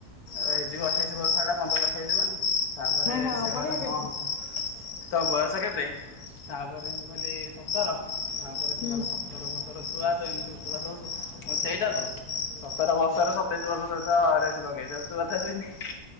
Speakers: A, on the left (about 75°); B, on the left (about 55°).
A: ହେଇଯିବ ଅଠେଇଶି ବର୍ଷ ହେଟା ପନ୍ଦର ଲକ୍ଷ ହେଇଯିବନି। ତାପରେ
B: ହଁ
A: ସେ
B: ବଢିଆ
A: କହିଲା
B: କହିଛୁ
A: ହଁ ତ ତ ବୟସ କେତେ ତାପରେ ମୁଁ କହିଲି ସତର, ତାପରେ ସେ
B: ହୁଁ।
A: କହିଲା ସ ସତର ବର୍ଷର ଛୁଆ ତୁ ଏମିତି ଉତୁପାତ୍ ହଉଚୁ ମୁଁ ସେଇଟା ତ। ସତର ବର୍ଷରେ ସତେଇସି ବର୍ଷ ସହିତ ରେସ ଲଗେଇ ଦଉଚୁ <unintelligible>